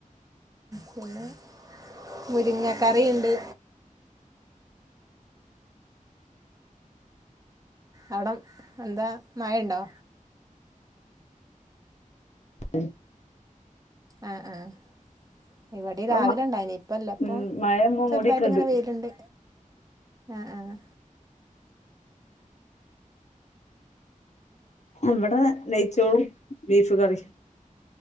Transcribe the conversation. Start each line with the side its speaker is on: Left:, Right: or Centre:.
Right: പിന്നെ മുരിങ്ങക്കറി ഇണ്ട്. അവടെ എന്താ മഴണ്ടോ?
Left: <unintelligible>
Right: ആഹ് ആഹ് ഇവടിം
Left: ഇപ്പം
Right: രാവിലെ ഇണ്ടായിനി ഇപ്പല്ല ഇപ്പം
Left: ഉം മഴ മൂടിക്ക്ണ്ട്
Right: ചെറുതായിട്ട് ഇങ്ങനെ വെയില്ണ്ട്. ആഹ് ആഹ്
Left: ഇവടെ നെയ്ച്ചോറും ബീഫ് കറിം